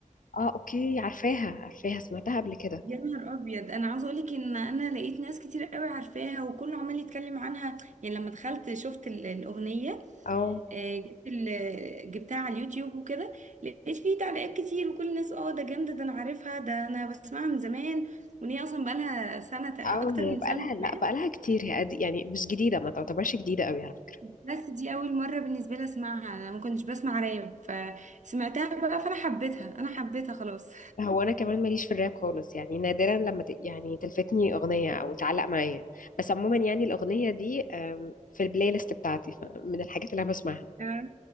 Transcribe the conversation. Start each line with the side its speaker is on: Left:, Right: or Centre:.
Left: اه اوكي عارفاها عارفاها سمعتها قبل كده
Right: يا نهار ابيض انا عاوزه اقولك ان انا لقيت ناس كتير قوي عارفاها وكله عمال يتكلم عنها يعني لما دخلت شفت ال- الاغنيه
Left: اه
Right: آه، جبت ال... جبتها على اليوتيوب وكده لقيت فيه تعليقات كتير وكل الناس اه ده جامدة ده انا عارفها ده انا بسمعها من زمان وان هي اصلا بقالها سنة ت- اكتر
Left: اه هي
Right: من
Left: بقالها
Right: سنة
Left: لا
Right: كمان
Left: بقالها كتير هي قد- يعني مش جديدة ما تعتبرش جديدة قوي على فكرة
Right: بس دي اول مرة بالنسبة لي اسمعها انا ما كنتش بسمع راب فسمعتها بقى فانا حبيتها انا حبيتها خلاص
Left: هو انا كمان ماليش في الراب خالص يعني نادرا لما ت... يعني تلفتني اغنية او تعلق معايا بس عموما يعني الاغنية دي آم، في البلاي ليست بتاعتي ف- من الحاجات اللي انا بسمعها
Right: <laughs> آه،